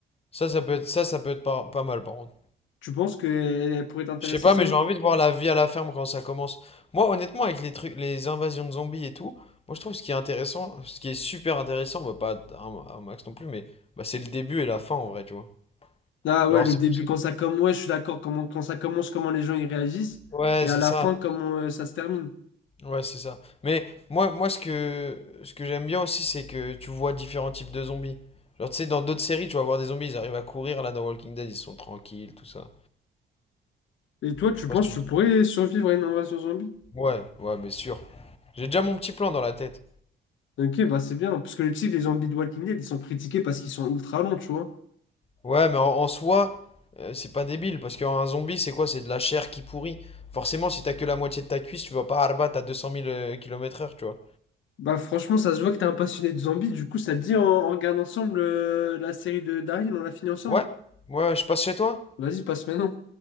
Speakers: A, on the left; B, on the left.
A: Ça, ça peut être, ça, ça peut être pas, pas mal, par contre.
B: Tu penses que elle, pourrait t'intéresser,
A: Je sais pas,
B: ça?
A: mais j'ai envie de voir la vie à la ferme quand ça commence. Moi, honnêtement, avec les trucs, les invasions de zombies et tout, moi je trouve ce qui est intéressant, ce qui est super intéressant, bah, pas à un, un max non plus, mais bah, c'est le début et la fin en vrai, tu vois.
B: Ah ouais,
A: Genre,
B: le
A: c'est
B: début,
A: pour ça.
B: quand ça commence, ouais, je suis d'accord, comment, quand ça commence, comment les gens ils réagissent,
A: Ouais,
B: et
A: c'est
B: à la
A: ça.
B: fin, comment euh, ça se termine.
A: Ouais, c'est ça. Mais moi, moi ce que, ce que j'aime bien aussi, c'est que tu vois différents types de zombies. Genre, tu sais, dans d'autres séries, tu vas voir des zombies, ils arrivent à courir, là, dans Walking Dead, ils sont tranquilles, tout ça.
B: Et toi, tu
A: Je sais pas
B: penses
A: si
B: que
A: tu...
B: tu pourrais survivre à une invasion zombie?
A: Ouais, ouais, mais sûr. J'ai déjà mon petit plan dans la tête.
B: Ok, bah c'est bien, parce que tu sais, les zombies de Walking Dead, ils sont critiqués parce qu'ils sont ultra longs, tu vois.
A: Ouais, mais en, en soi, euh, c'est pas débile, parce qu'un zombie, c'est quoi? C'est de la chair qui pourrit. Forcément, si t'as que la moitié de ta cuisse, tu vas pas arbattre à 200 000 kilomètres heure tu vois.
B: Bah franchement, ça se voit que t'es un passionné de zombies, du coup, ça te dit, on, on regarde ensemble euh, la série de Daryl, on la finit ensemble.
A: Ouais, ouais, je passe chez toi?
B: Vas-y, passe maintenant.